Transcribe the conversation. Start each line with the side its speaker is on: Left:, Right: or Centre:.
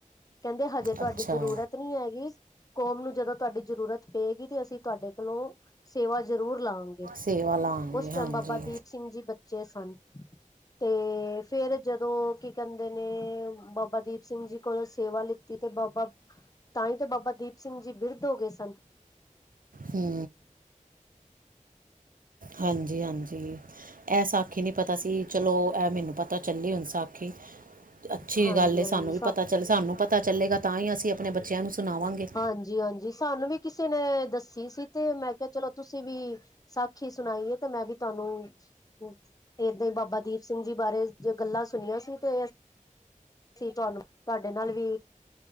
Left: ਕਹਿੰਦੇ ਹਜੇ, ਤੁਹਾਡੀ
Right: ਅੱਛਾ
Left: ਜ਼ਰੂਰਤ ਨਹੀ ਹੈਗੀ। ਕੌਮ ਨੂੰ ਜਦੋਂ ਤੁਹਾਡੀ ਜ਼ਰੂਰਤ ਪਏਗੀ, ਤੇ ਅਸੀਂ ਤੁਹਾਡੇ ਕੋਲੋਂ ਸੇਵਾ ਜ਼ਰੂਰ ਲਾਾਂਗੇ,
Right: ਸੇਵਾ ਲਾਂਗੇ
Left: ਉਸ
Right: ਹਾਂਜੀ
Left: ਟਾਈਮ ਬਾਬਾ ਦੀਪ ਸਿੰਘ ਜੀ ਬ ਚੇ ਸਨ ਤੇ ਫੇਰ ਜਦੋਂ ਕਿ ਕਹਿੰਦੇ ਨੇ ਬਾਬਾ ਦੀਪ ਸਿੰਘ ਜੀ ਕੋਲੋਂ ਸੇਵਾ ਲਿੱਤੀ। ਤੇ ਬਾਬਾ ਤਾਂਹੀ ਤੇ ਬਾਬਾ ਦੀਪ ਸਿੰਘ ਜੀ ਬਿਰਦ ਹੋ ਗਏ ਸਨ।
Right: ਹੂੰ ਹਾਂਜੀ -ਹਾਂਜੀ। ਇਹ ਸਾਖੀ ਨਹੀ ਪਤਾ ਸੀ ਚਲੋ ਇਹ ਮੈਨੂੰ ਪਤਾ ਚਲੀ ਹੁਣ ਸਾਖੀ। ਅਛੀ
Left: ਹਾਂਜੀ
Right: ਗੱਲ ਏ
Left: ਹਾਂਜੀ
Right: ਸਾਨੂੰ ਵੀ ਪਤਾ ਚਲ ਸਾਨੂੰ ਪਤਾ ਚਲੇਗਾ ਤਾਂ ਹੀ ਅਸੀ ਆਪਣੇ ਬੱਚਿਆਂ ਨੂੰ ਸੁਣਾਵਾਂਗੇ।
Left: ਹਾਂਜੀ, ਹਾਂਜੀ ਸਾਨੂੰ ਵੀ ਕਿਸੇ ਨੇ ਦੱਸੀ ਸੀ ਤੇ ਮੈਂ ਕਿਹਾ ਚਲੋ ਤੁਸੀਂ ਵੀ। ਸਾਖੀ ਸੁਣਾਈਏ ਤੇ ਮੈ ਵੀ ਤੁਹਾਨੂੰ ਏਦਾਂ ਈ ਬਾਬਾ ਦੀਪ ਸਿੰਘ ਜੀ ਬਾਰੇ ਜ ਗੱਲਾਂ ਸੁਣੀਆਂ ਸੀ ਤੇ ਅਸੀ ਤੁਹਾਨੂੰ ਤੁਹਾਡੇ ਨਾਲ ਵੀ